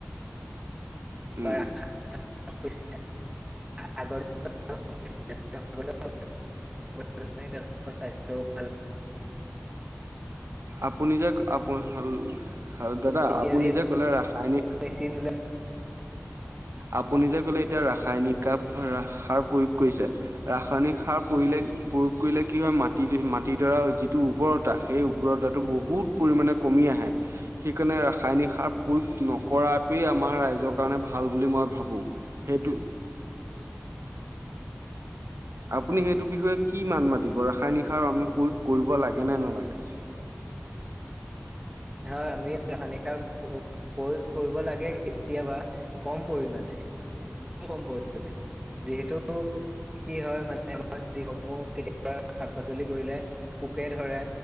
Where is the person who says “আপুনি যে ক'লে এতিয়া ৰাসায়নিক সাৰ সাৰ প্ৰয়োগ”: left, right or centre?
Right